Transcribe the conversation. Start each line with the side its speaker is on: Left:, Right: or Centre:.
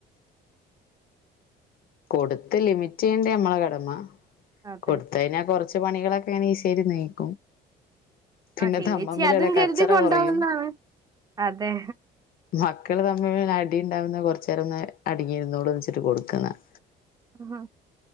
Left: കൊട്ത്ത് ലിമിറ്റിയ്യണ്ടെ മ്മളെ കടമ
Right: അതെ
Left: കൊട്ത്തയ്നാ കൊർച്ച് പണികളൊക്കെ ഇങ്ങനെ ഈസിയായിട്ട് കഴിയും പിന്നെ
Right: ആ ചേച്ചി
Left: തമ്മമ്പിലുള്ള
Right: അതും
Left: കച്ചറ
Right: കരുതി കൊണ്ടോവുന്നാണ്
Left: കൊറയും
Right: അതെ
Left: മക്കൾ തമ്മിൽ അടി ഉണ്ടാവും കുറച്ച നേരം അടിങ്ങിരുന്നോട്ടെ എന്ന് വച്ചിട്ട് കൊടുക്കുന്നതാണ്
Right: ആഹ്